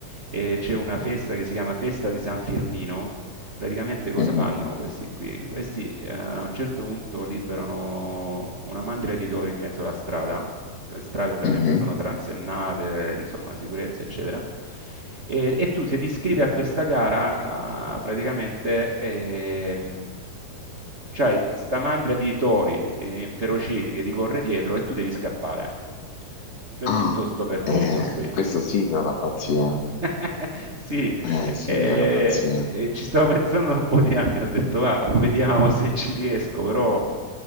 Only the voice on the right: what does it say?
e c'è una festa che si chiama Festa di San Firmino Praticamente cosa
fanno questi qui? Questi eh, a un certo punto liberano una mandria di tori in mezzo alla strada, le strade ovviamente
sono transennate, insomma sicurezza eccetera, e, e tu se ti iscrivi a questa gara eh, praticamente ehm, c'hai sta mandria di tori eh, inferociti che ti corre dietro e tu devi scappare per
tutto sto percorso
qui.
<laughs> Sì,
e,
e ci stavo pensando da un po' di anni, ho detto va, vediamo se ci riesco, però